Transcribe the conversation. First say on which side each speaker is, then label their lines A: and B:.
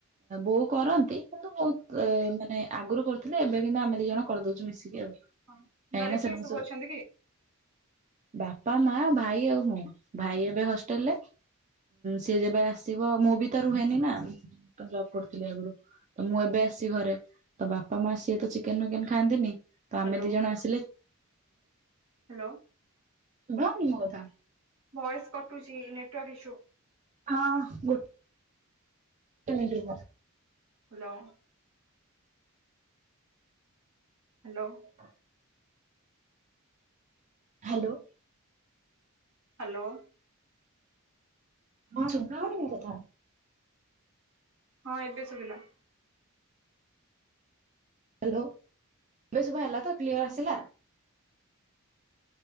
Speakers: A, on the right; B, on the right.
A: ବୋଉ କରନ୍ତି କିନ୍ତୁ ବହୁତ
B: ହୁଁ
A: ମାନେ ଆଗରୁ କରୁ ଥିଲେ ଏବେ କିନ୍ତୁ ଆମେ ଦି ଜଣ କରିଦଉଛୁ ମିଶିକି ଆଉ।
B: ହଁ
A: କାହିଁକିନା
B: ଘରେ
A: ସେମାନେ
B: କିଏ ସବୁ ଅଛନ୍ତି? କି?
A: ବାପା ମା ଭାଇ ଆଉ ମୁଁ ଭାଇ ଏବେ ହଷ୍ଟେଲରେ। ସିଏ ଯେବେ ଆସିବ ମୁଁ ବି ତ ରୁହେନି ନା ତ ଜବ୍ କରିଥିଲି ଆଗରୁ। ତ ମୁଁ ଏବେ ଆସିିଛିଘରେ ତ ବାପା ମା ସିଏ ତ ଚିକେନ ଫିକେନ କେବେଖାଆନ୍ତିନି। ତ ଆମେ
B: ହ୍ୟାଲୋ
A: ଦି ଜଣ ଆସିଲେ
B: ହ୍ୟାଲୋ।
A: ଶୁଭଉନି ମୋ କଥା?
B: ଭଏସ କଟୁଛି ନେଟୱାର୍କ ଇସୁ
A: ହଁ ଗୋଟ୍ ଗୋଟେ ମିଣ୍ଟି ରହ।
B: ହ୍ୟାଲୋ। ହ୍ୟାଲୋ।
A: ହ <unintelligible> ହ୍ୟାଲୋ।
B: ହ୍ୟାଲୋ।
A: ହଁ ଶୁଭା ହଉନି କି କଥା?
B: ହଁ ଏବେ ଶୁଭିଲା।
A: ହ୍ୟାଲୋ ଏବେ ଶୁଭା ହେଲା ତ କ୍ଲିୟର ଆସିଲା?